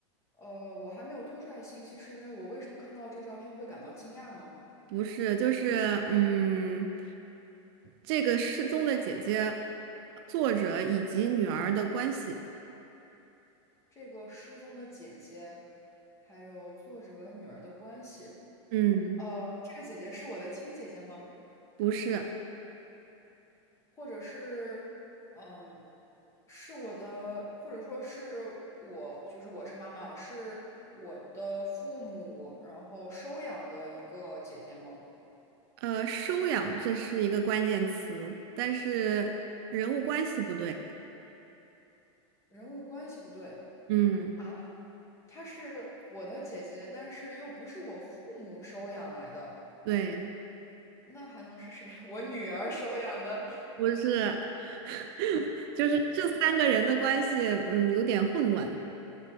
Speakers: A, on the left; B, on the right.
A: 呃，我还没有推出来信息，是因为我为什么看到这个照片会感到惊讶吗？
B: 不是，就是嗯，这个失踪的姐姐，作者以及女儿的关系，
A: 这个失踪的姐姐，还有作者女儿的关系，
B: 嗯，
A: 呃，这个姐姐是我的亲姐姐吗？
B: 不是，
A: 或者是，嗯，是我的，或者说是我，就是我是妈妈啊，是我的父母，然后收养的一个姐姐吗？
B: 呃，收养这是一个关键词，但是人物关系不对，
A: 人物关系不对
B: 嗯，
A: 啊，她是我的姐姐，但是又不是我父母收养来的。
B: 对，
A: 那还能是谁？<laughs> 我女儿收养的。
B: 不是，<laughs> 就是这三个人的关系，嗯，有点混乱，